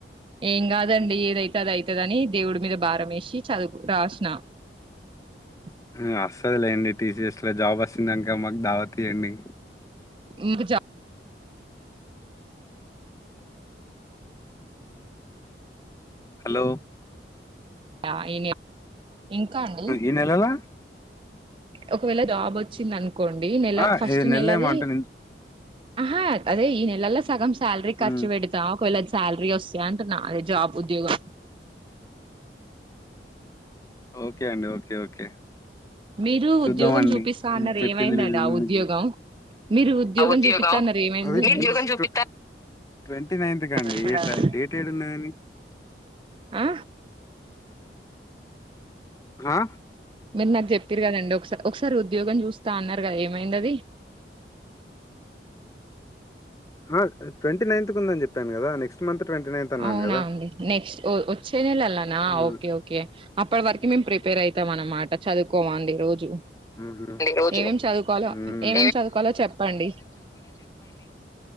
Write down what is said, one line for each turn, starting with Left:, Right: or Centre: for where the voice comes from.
Right: ఏం కాదండి ఏదైతే అది అయితదని దేవుడి మీద భారం మే ఈ చదువు రాసనా ఆ
Left: ఉ వస్తది లేండి టీసీఎస్ లో జాబ్ వస్తుందక మాకు దావతీయండి.
Right: మీకు చెప్
Left: హలో
Right: చాలా అయినయి ఇంకా అండి
Left: ఏనెలలో
Right: ఒకవేళ జాబ్ వచ్చింది అను కొండి నెల
Left: ఆ
Right: ఫస్ట్
Left: ఈ నెల
Right: నెలది
Left: ఏమో అంట
Right: ఆహా అదే ఈ నెలలో సగం సాలరీ
Left: హ్మ్
Right: ఖర్చు పెడతా ఒకవేళ సాలరీ వస్తే అంటున్న అదే జాబ్ ఉద్యోగం
Left: ఓకే అండి ఓకే ఓకే ఓకే
Right: మీరు
Left: చూద్దామండి
Right: ఉద్యోగం చూపిస్తా అన్నారు
Left: చెప్పింది
Right: ఏమైందండి
Left: <unintelligible>
Right: ఆ ఉద్యోగం మీరు ఉద్యోగం చూపిత్తా అన్నారు ఏమైంది అండి
Left: ట్వంటీ నైత్ కండి
Right: చెప్పినండి
Left: డేట్ ఏడున్నదని
Right: ఆ
Left: ఆ
Right: మీరు నాకు చెప్పార్రి కదండి ఒక ఒకసారి ఉద్యోగం చూస్తా అన్నారు కదా ఏమైంది అది
Left: ఆ ట్వంటీ నైన్త్ కు ఉందని చెప్పాను కదా నెక్స్ట్ మంత్ అన్నాను
Right: అవునా
Left: గదా!
Right: అండి నెక్స్ట్ఓ ఓ వచ్చేనెలలోన
Left: హ్మ్.
Right: ఓకే ఓకే అప్పటి వరకు మేం ప్రిపేర్ అయితాం అనన్నమాట చదువు కోమండి రోజు
Left: ఉహు ఈ రోజు
Right: ఏమేం
Left: ఊ
Right: చదువుకోవాలో ఏమేం చదువుకోవాలో చెప్పండి